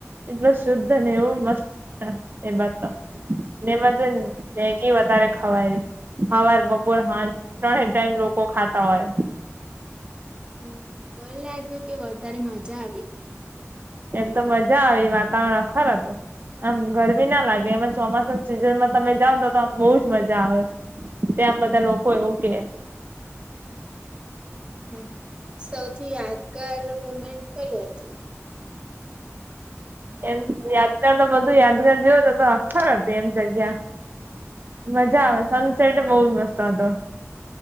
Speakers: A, on the right; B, on the right.
A: એટલું શુદ્ધ ને એવું મસ્ત એ બધ ને બધુંને મેગી વધારે ખવાય હવાર બોલ હા ત્રણે ટાઈમ લોકો ખાતા હોય.
B: હમ મને લાગ્યું કે વધારે મજા આવી.
A: એમ તો મજા આવી વાતાવરણ અખર હતું. આમ ગરમી ના લાગે એમાં ચોમાસા સીઝનમાં તમે જાવ તો તો આ બહુજ મજા આવે. ત્યાં બધા લોકો એવું કે
B: હમ સૌથી યાદગાર મુમેન્ટ કઈ હતી?
A: એમ યાદગાર તો બધું યાદગાર જેવો જ હતું. ખરાબ બે એમ જગ્યા મજા આવે સનસેટ બહ જ મસ્ત હતો